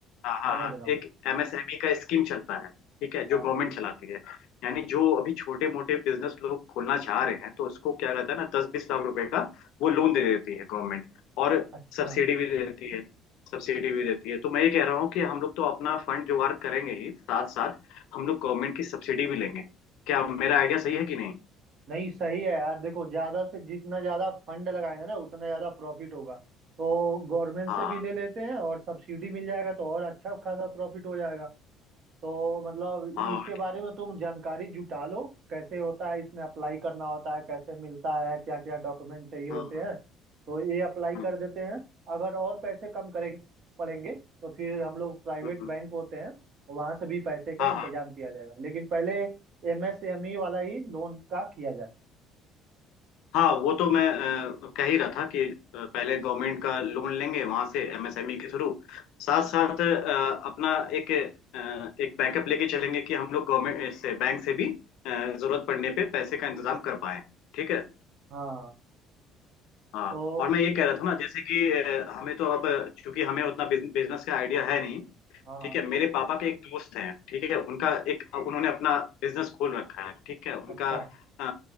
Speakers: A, on the left; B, on the right.
A: हाँ हाँ
B: समझ
A: हाँ,
B: रहा हूँ
A: एक एमएसएमई का स्कीम चलता है ठीक है जो
B: हाँ
A: गवर्नमेंट चलाती है यानी जो अभी छोटे मोटे बिजनेस लोग खोलना चाह रहे हैं तो उसको क्या रहता है ना दस बीस लाख रुपए का वो लोन दे देती है गवर्नमेंट और
B: अच्छा
A: सब्सिडी भी दे देती है सब्सिडी भी देती है तो मैं ये कह रहा हूँ कि हम लोग तो अपना फंड जुगाड़ करेंगे ही साथ साथ हम लोग गवर्नमेंट की सब्सिडी भी लेंगे क्या मेरा आइडिया सही है कि नहीं
B: नहीं सही है यार देखो ज्यादा से जितना ज्यादा फंड लगाएंगे ना उतना ज्यादा प्रॉफिट होगा तो गवर्नमेंट
A: हाँ
B: से भी ले लेते हैं और सब्सिडी मिल जाएगा तो और अच्छा खासा प्रॉफिट हो जाएगा तो मतलब
A: हाँ
B: इसके बारे में तुम जानकारी जुटा लो कैसे होता है इसमें अप्लाई करना होता है कैसे मिलता है क्या क्या डॉक्यूमेंट चाहिए होते
A: हम्म
B: हैं तो ये अप्लाई
A: हम्म
B: कर देते हैं अगर और पैसे कम करें पड़ेंगे तो फिर हम लोग प्राइवेट
A: हम्म, हम्म,
B: बैंक होते हैं वहां से भी पैसे का
A: हाँ
B: इंतजाम किया जाएगा लेकिन पहले एमएसएमई वाला ही लोन का किया जाए
A: हाँ वो तो मैं अ, कह ही रहा था कि अ, पहले गवर्नमेंट का लोन लेंगे वहां से एमएसएमई के थ्रू साथ साथ अ, अपना एक अ, एक बैकअप लेके चलेंगे कि हम लोग गवर्नमेंट से बैंक से भी अ, जरूरत पड़ने पे पैसे का इंतजाम कर पाए ठीक है
B: हाँ
A: हाँ
B: तो
A: और मैं ये कह रहा था ना जैसे कि अ, हमें तो अब चूंकि हमें उतना बिजनेस का आइडिया है नहीं
B: हाँ
A: ठीक है मेरे पापा के एक दोस्त हैं ठीक है उनका एक उन्होंने अपना बिजनेस खोल रखा है ठीक है उनका
B: अच्छा
A: अ,